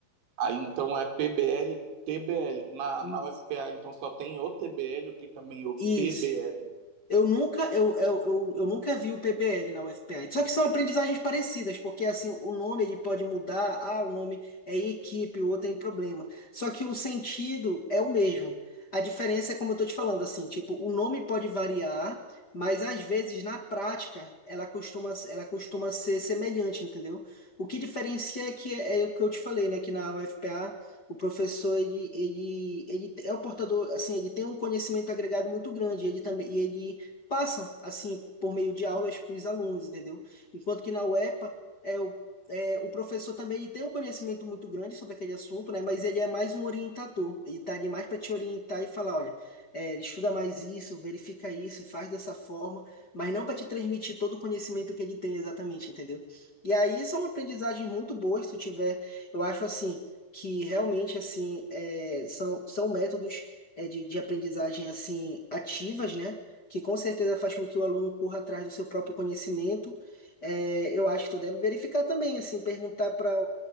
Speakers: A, on the right (about 85°); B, on the left (about 40°).
A: aí então é PBL, TBL. Na,
B: Isso.
A: na UFPA, então só tem o TBL, tem também o PBL.
B: Isso. Eu nunca, eu, eu, eu, eu nunca vi o PBL na UFPA. Só que são aprendizagens parecidas, porque assim, o nome ele pode mudar, ah, o nome é em equipe, o outro é em problema. Só que o sentido é o mesmo. A diferença é como eu tô te falando, assim, tipo, o nome pode variar, mas às vezes na prática ela costuma, ela costuma ser semelhante, entendeu? O que diferencia é que é, é o que eu te falei, né, que na UFPA o professor, ele, ele, ele é o portador, assim, ele tem um conhecimento agregado muito grande, ele também, e ele passa, assim, por meio de aulas para os alunos, entendeu? Enquanto que na UEPA, é, o, é, o professor também ele tem um conhecimento muito grande sobre aquele assunto, né? Mas ele é mais um orientador. Ele está ali mais para te orientar e falar, olha, é, estuda mais isso, verifica isso, faz dessa forma, mas não para te transmitir todo o conhecimento que ele tem exatamente, entendeu? E aí são aprendizagens muito boas, se tu tiver, eu acho assim, que realmente, assim, é, são, são métodos é, de, de aprendizagem, assim, ativas, né? que com certeza faz com que o aluno corra atrás do seu próprio conhecimento. É, eu acho que tu deve verificar também, assim, perguntar para